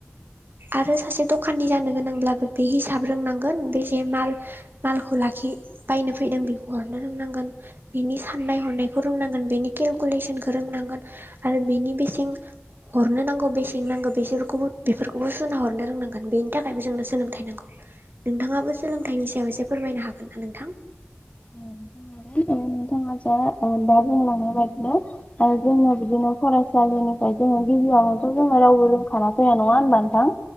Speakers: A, on the right; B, on the left.
A: आरो सासे दखाननि जानो गोनांब्लाबो बे हिसाब रोंनांगोन बेसे माल मालखौ लाखि बायनो फैदों बेखौ हरनो रोंनांगोन। बेनि साननाय हनायखौ रोंनांगोन बेनि केलकुलेसनखौ रोंनांगोन आरो बेनि बेसे थिं हरनो नांगौ बेसेंनि नांगौ बेसोरखौबो बेफोरखौबो सुना हरनो रोंनांगोन बेनि थाखायबो जोंनो सोलोंथाइ नांगौ। नोंथाङाबो सोलोंथाइनि सायाव एसे फोरमायनो हागोन ना नोंथां।
B: बुं हागोन नोंथाङा जा दा बुंलांनाय बायदिनो ओ जोङो बिदिनो फरायसालिनिफ्राय जोङो गिबियावनोथ' जोङो रावबो रोंखाना फैया नङा होनबा नोंथां।